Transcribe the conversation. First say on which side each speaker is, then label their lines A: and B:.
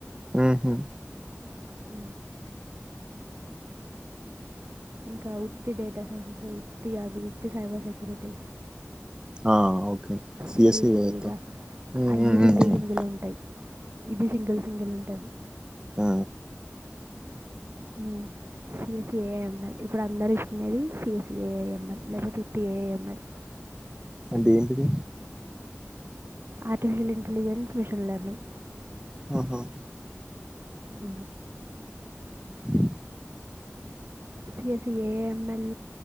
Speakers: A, on the right; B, on the right.
A: ఉహు,
B: అ ఇంకా ఉత్తి data science ఉత్తి అవి ఉత్తి cyber security
A: ah, okay CSC
B: single సింగిల్గా
A: with um,
B: అయి
A: ఉమ్,
B: సింగిల్
A: ఉమ్, ఉమ్,
B: సింగిల్ ఉంటాయి ఇది సింగిల్ సింగిల్ ఉంటది
A: ఆ
B: ఉ సిఎస్ఏఎంఎల్ ఇప్పుడు అందరు ఇస్తుకునేది సిఎస్ఏఎంఎల్ లేకపోతే ఉత్తి ఏఎంఎల్
A: అంటే ఏంటిది
B: ఆర్టిఫిషియల్ ఇంటెలిజెన్స్ మిషన్ లెర్నింగ్
A: ఆహా
B: అ
A: ఉ
B: సిఎసిఏఎంఎల్